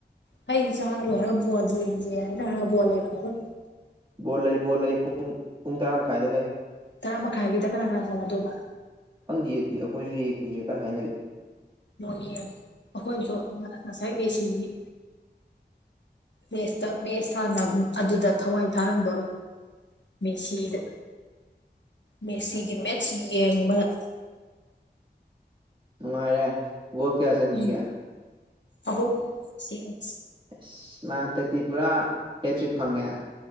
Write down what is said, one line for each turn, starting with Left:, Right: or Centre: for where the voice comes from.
Left: ꯐꯩ ꯆꯥꯔ ꯂꯣꯏꯔꯒ ꯕꯣꯜ ꯌꯦꯡꯁꯦꯅ ꯕꯣꯜ ꯃꯩꯔꯝꯃꯔꯣꯏ
Right: ꯕꯣꯜ ꯂꯩ ꯕꯣꯜ ꯂꯩ ꯄꯨꯡ ꯄꯨꯡ ꯇꯔꯥ ꯃꯈꯥꯏꯗ ꯂꯩ
Left: ꯇꯔꯥ ꯃꯈꯥꯏꯒꯤꯗ ꯀꯅꯥ ꯀꯅꯥ ꯆꯪꯅꯗꯕ
Right: ꯈꯪꯗꯦ ꯑꯗꯨꯗꯤ ꯑꯩꯈꯣꯏꯁꯨ ꯌꯦꯡꯁꯦ ꯀꯟꯅ ꯍꯥꯏꯅꯔꯛꯏ
Left: ꯃꯣꯏꯒꯤ ꯑꯩꯈꯣꯏꯁꯨ ꯉꯁꯥꯏ ꯃꯤꯁꯤꯡꯒꯤ ꯃꯦꯁꯇ ꯃꯦꯁ ꯍꯥꯟꯅ ꯑꯗꯨꯗ ꯊꯋꯥꯏ ꯊꯥꯔꯝꯗꯣꯔꯦ ꯃꯦꯁꯤꯗ ꯃꯦꯁꯤꯒꯤ ꯃꯦꯠꯁ ꯌꯦꯡꯕꯗ
Right: ꯅꯨꯡꯉꯥꯏꯔꯦ ꯕꯣꯜ ꯀꯌꯥ ꯆꯟꯈꯤꯒꯦ
Left: ꯎꯝ ꯑꯍꯨꯝ ꯁꯤ ꯑꯥ
Right: ꯑꯁ ꯃꯥ ꯍꯟꯗꯛꯇꯤ ꯄꯨꯔꯥ ꯍꯦ ꯇꯔꯤꯛ ꯐꯪꯉꯦ